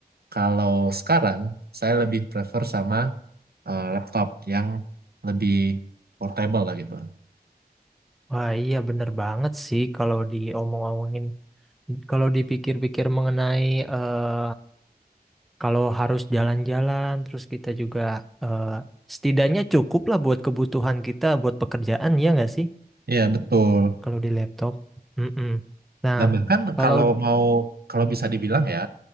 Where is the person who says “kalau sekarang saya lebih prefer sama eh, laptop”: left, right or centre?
Right